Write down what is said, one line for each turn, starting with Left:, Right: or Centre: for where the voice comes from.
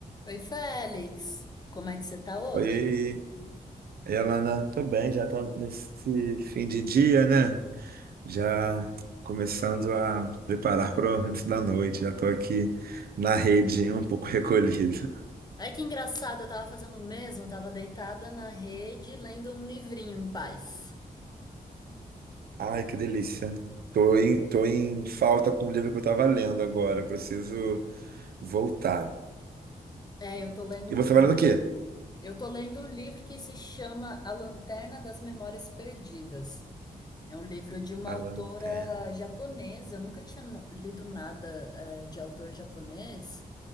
Left: Oi, Félix. Como é que você tá hoje?
Right: Oi, Elana. Tô bem, já tá nesse fim de dia, né? Já começando a preparar para o início da noite. Já tô aqui na rede, um pouco <laughs> recolhido.
Left: Ai, que engraçado, eu tava fazendo o mesmo, eu tava deitada na rede lendo um livrinho em paz.
Right: Ai, que delícia. Tô em, tô em falta com o livro que eu tava lendo agora. Preciso voltar.
Left: É, eu tô lendo
Right: E você
Left: um livro.
Right: vai lendo o quê?
Left: Eu tô lendo um livro que se chama A Lanterna das Memórias Perdidas. É um livro de uma
Right: A
Left: autora
Right: Lanterna.
Left: japonesa, eu nunca tinha na- lido nada, eh, de autor japonês.